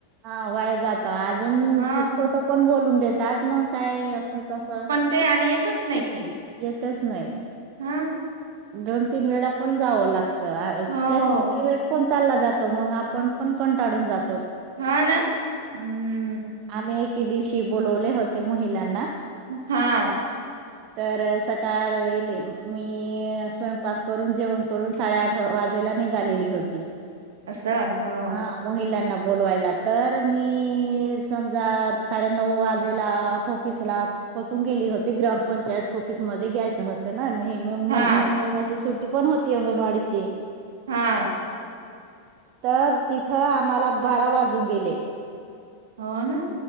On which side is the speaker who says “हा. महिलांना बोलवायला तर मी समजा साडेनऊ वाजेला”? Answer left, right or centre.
Right